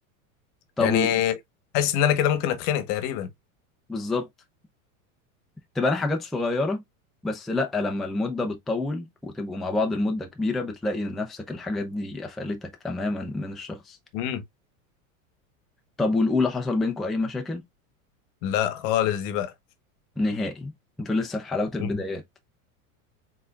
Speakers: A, in the centre; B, on the left (about 55°).
A: طب
B: يعني
A: و-
B: حاسس ان انا كده ممكن اتخنق تقريبا
A: بالظبط تبقى انا حاجات صغيرة بس لا لما المدة بتطول وتبقوا مع بعض المدة كبيرة بتلاقي نفسك الحاجات دي قفلتك تماما من الشخص
B: امم
A: طب والأولى حصل بينكم أي مشاكل؟
B: لا خالص دي بقى
A: نهائي انتوا لسه في حلاوة البدايات
B: إمم.